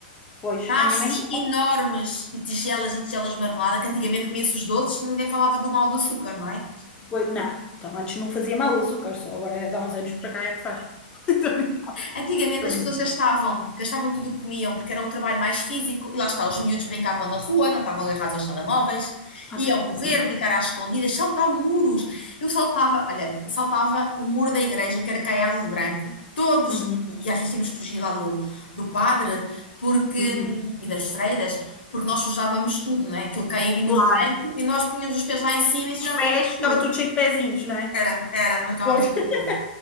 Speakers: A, on the left; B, on the left.
A: Pois,
B: Tachos
A: a minha mãe não faz.
B: enormes e tigelas e tigelas de marmelada, que antigamente comia-se os doces, ninguém falava do mal do açúcar, não é?
A: Pois, não, então antes não fazia mal o açúcar, só agora é de há uns anos para cá é que faz. <laughs> Tô brincando,
B: Antigamente
A: tô
B: as
A: brincando.
B: pessoas gastavam, gastavam tudo o que comiam, porque era um trabalho mais físico, e lá está, os miúdos brincavam na rua, não estavam agarrados aos telemóveis,
A: Ah,
B: iam
A: pá,
B: correr,
A: pronto.
B: brincar às escondidas, saltar muros. Eu saltava, olha, saltava o muro da igreja, que era caiado de branco, todos,
A: Uhum,
B: e e às vezes tínhamos que fugir lá do, do padre, porque,
A: uhum.
B: hum, e das freiras, porque nós sujávamos tudo, não é? Aquele caidinho
A: Claro.
B: de branco, e nós punhamos os pés lá em cima e sujávamos
A: Os pés, ficava
B: tudo.
A: tudo cheio de pezinhos, não é?
B: Era, era, marcávamos
A: Pois, <laughs>
B: tudo.